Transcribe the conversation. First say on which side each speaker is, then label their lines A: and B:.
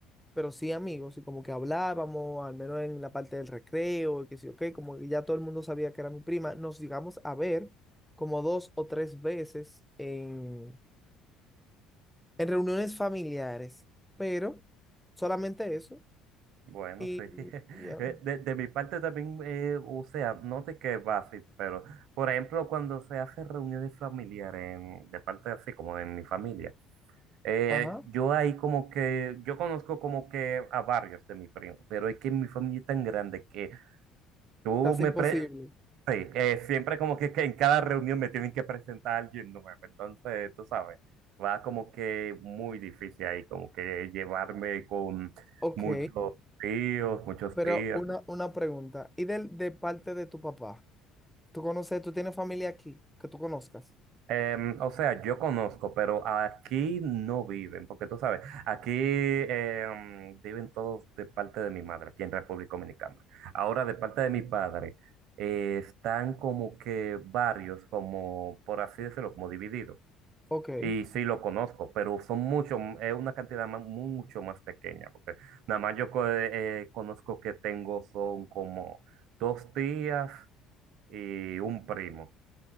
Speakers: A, in the centre; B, on the right (about 65°).
A: pero sí amigos, y como que hablábamos, al menos en la parte del recreo, y que sí, ok, como que ya todo el mundo sabía que era mi prima, nos llegamos a ver como dos o tres veces en, en reuniones familiares, pero solamente eso,
B: Bueno,
A: y
B: sí. <laughs>
A: y ya,
B: Eh, De, de mi parte también, eh, o sea, no te que va así, pero por ejemplo, cuando se hace reuniones familiares en- de parte así como en mi familia, eh,
A: ajá,
B: yo ahí como que, yo conozco como que a varios de mi primo, pero es que mi familia es tan grande que Tú
A: casi
B: me
A: imposible.
B: pre sí, eh, siempre como que, que en cada reunión me tienen que presentar a alguien nuevo, entonces tú sabes, va como que muy difícil ahí, como que llevarme con
A: Ok,
B: muchos tíos, muchos
A: pero
B: tíos.
A: una, una pregunta, ¿y del de parte de tu papá? ¿Tú conoces, tú tienes familia aquí que tú conozcas?
B: Em, o sea, yo conozco, pero aquí no viven, porque tú sabes, aquí em, viven todos de parte de mi madre, aquí en República Dominicana. Ahora de parte de mi padre, eh, están como que varios, como por así decirlo, como divididos.
A: Ok.
B: Y sí lo conozco, pero son mucho, es una cantidad ma- mucho más pequeña, porque nada más yo co- eh, eh, conozco que tengo son como dos tías y un primo.